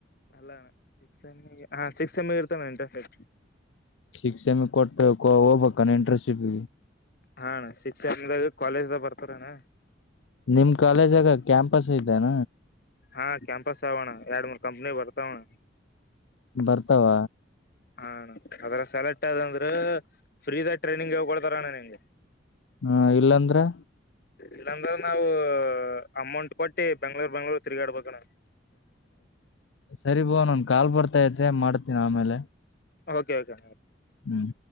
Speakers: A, on the left (about 55°); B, on the left (about 90°).
A: ಅಲ್ಲಣ ಸಿಸ್ ಎಮ ಹ ಸಿಕ್ಸ್ ಎಮ್ ಎ ಇರ್ತಾನೆ ಇಂಟರ್ನ್ಶಿಪ್
B: ಶಕ್ಸ್ ಎಮಿ ಕೊಟ್ಟ ಹೋಗಬಬೇಕಾನ ಇಂಟರ್ನ್ಶಿಪ್
A: ಹ ಸಿಕ್ಸ್ತ್ ಸೆಂ ಇದಗ ಕಾಲೇಜ್ದ ಬರ್ತಾರನ
B: ನಿಮ್ ಕಾಲೇಜ್ಗ ಕ್ಯಾಂಪಸ್ ಇದ್ದಾನ
A: ಹಾ ಕ್ಯಾಂಪಸ್ ಆವಣ್ಣ ಎರಡ್ ಮೂರ್ ಕಂಪ್ನಿ ಬರ್ತಾವಣ್ಣ
B: ಬರ್ತಾವ
A: ಹಾ ಅದ್ರ ಸೆಲೆಕ್ಟ್ ಅ ಅಂದ್ರೆ ಫ್ರೀದಾಗ ಟ್ರೈನಿಂಗ್ ಹೇಕೊಳ್ತಾರಣ್ಣ ನಿಮ್ಗೆ
B: ಹಾ ಇಲ್ಲಾಂದ್ರೆ
A: ಇಲ್ಲಾಂದ್ರ ನಾವು ಅಮೌಂಟ್ ಕೊಟ್ಟಿ ಬೆಂಗ್ಳೂರ್ ಬೆಂಗ್ಳೂರ್ ತಿರ್ಗಾಡ್ಬೇಕಣ
B: ಸರಿ ಬ ನನ್ ಕಾಲ್ ಬರ್ತಾೈತೆ ಮಾಡ್ತೀಿನಿ ಆಮೇಲೆ
A: ಓಕೆ ಓಕೆ
B: ಹ್ಮ್